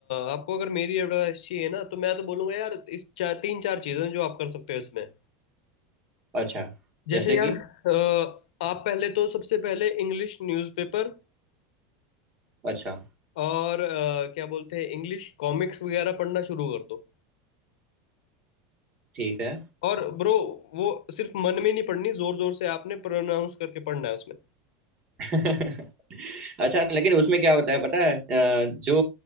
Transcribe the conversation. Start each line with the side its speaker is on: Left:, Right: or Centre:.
Left: आपको अगर मेरी एडवाइस चाहिए ना तो मैं तो बोलूंगा यार इस चार तीन चार चीजें हैं जो आप कर सकते हो इसमें
Right: अच्छा
Left: जैसे
Right: जैसे
Left: यार
Right: कि
Left: अ, आप पहले तो सबसे पहले इंग्लिश न्यूज़पेपर
Right: अच्छा
Left: और अ, क्या बोलते हैं इंग्लिश कॉमिक्स वगैरह पढ़ना शुरू कर दो
Right: ठीक है
Left: और ब्रो वो सिर्फ मन में नहीं पढ़नी जोर जोर से आपने प्रोनाउंस करके पढ़ना है उसमें
Right: <laughs> अच्छा लेकिन उसमें क्या होता है पता है अ, जो